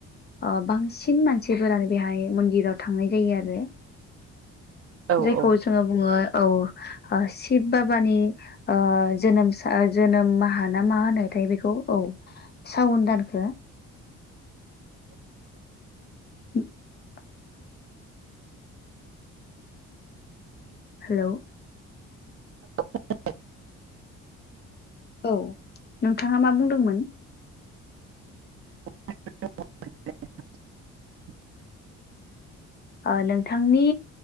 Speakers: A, on the left; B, on the right.
A: ओ बांसिन मानसिफोरानो बेहाय मन्दिराव थांनाय जायो आरो।
B: औ
A: जायखौ
B: औ
A: जोङो बुङो औ ओ शिब बाबानि जोनसा जोनोमाहा ना मा होनोथाय बेखौ औ। सावन दानखो <inaudible> हेल'
B: <inaudible>
A: औ नोंथाङा मा बुंदोंमोन?
B: <unintelligible>
A: ओ नोंथांनि